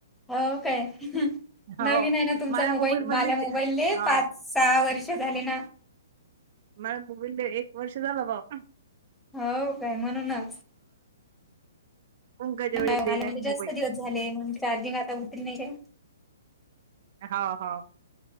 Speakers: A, in the centre; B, on the right.
A: हो काय.
B: हो
A: नवीन आहे ना तुमचा
B: माझ्या
A: मोबाईल
B: मधलीच
A: मला मोबाईल
B: हो
A: पाच सहा वर्ष झाले ना.
B: माझ्या मोबाईलला एक वर्ष झाला बघा
A: हो काय म्हणूनच.
B: पंकजा
A: म्हणजे
B: वेळेत दिलाय मोबाईल.
A: जास्त दिवस झाले म्हणून चार्जिंग आता उतरी नाही काय.
B: हो हो.